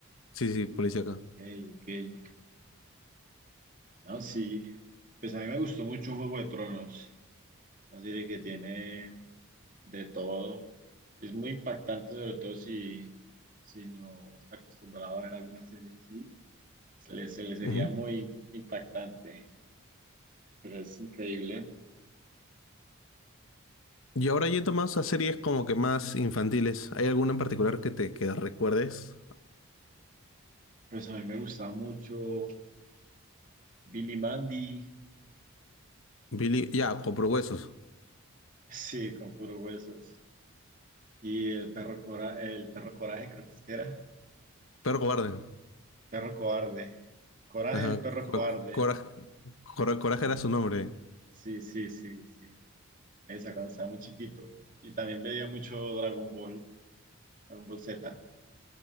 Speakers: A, on the left (about 70°); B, on the right (about 40°).
A: Sí, sí, sí, policía
B: Ah,
A: acá.
B: ok, ok. No, sí. Pues a mí me gustó mucho Juego de Tronos. Una serie que tiene de todo. Es muy impactante, sobre todo si, si no está acostumbrado a ver alguna serie así. Se le, se le sería
A: Ujú.
B: muy impactante. pero es increíble.
A: Y ahora yendo más a series como que más infantiles, ¿hay alguna en particular que te que recuerdes?
B: Pues a mí me gustaba mucho Billy Mandy,
A: Billy, ya, Compro Huesos,
B: sí, con puros huesos. Y el perro, cora el perro coraje, creo que es que era.
A: Perro Cobarde.
B: Perro cobarde. Coraje,
A: Ajá,
B: el perro
A: Cor-
B: cobarde.
A: Coraje, Cor- Coraje
B: Ah,
A: era su nombre.
B: sí, sí, sí, sí. Esa cuando estaba muy chiquito. Y también veía mucho Dragon Ball, Dragon Ball Z.